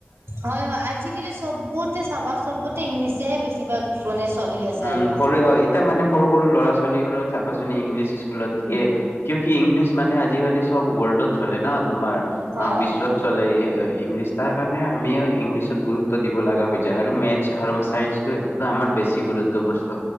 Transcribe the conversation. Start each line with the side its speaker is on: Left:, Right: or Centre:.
Right: হয় হয়। আজিকালি চবতে চাবা, চবতে ইংলিচহে বেছিভাগ মানে চলি আছে
Left: উম,
Right: আৰু
Left: সৰু হয়। ইতিয়া মানে সৰু সৰু ল'ৰা ছো ছোৱালীবোৰত চাবাচোন ইংলিছ স্কুলত দিয়ে ক্যুকী ইংলিছ মানে আজিকালি চব ৱৰ্ল্ডত চলে ন তোমাৰ।
Right: হয়
Left: অ', বিশ্বত চলে। ইংলিছ তাৰ কাৰণে আমিও ইংলিছত গুৰুত্ব দিব লগা হৈ যায় আৰু মেথছ আৰু ছাইন্ঞ্চটো সেইটোতো আমাৰ বেছি বেছি গুৰুত্ব বস্তু,